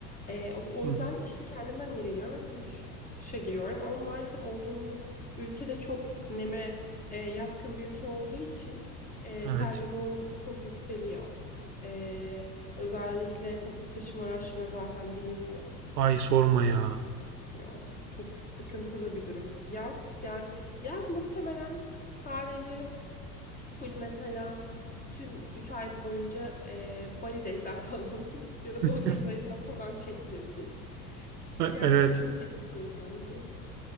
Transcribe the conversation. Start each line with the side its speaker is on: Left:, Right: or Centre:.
Left: Ee, o, o
Right: Hı,
Left: yüzden işte kendimden iğreniyorum ve flüşe giriyorum ama maalesef olduğumuz ülkede çok neme e, yatkın bir ülke olduğu için e,
Right: evet.
Left: terleme oranı da çok yükseliyor. Ee, özellikle toplu taşıma araçlarına zaten binilmiyor.
Right: Ay sorma ya.
Left: Yo, Çok sıkıntılı bir durum. Yaz yani yaz muhtemelen sadece full mesela bütün 3 ay boyunca e, Bali'deysen falan <laughs> ya da
Right: <laughs>
Left: Bodrum'daysan falan çekilebilir. Diğer
Right: Evet.
Left: türlü çok çekilmiyor sanki.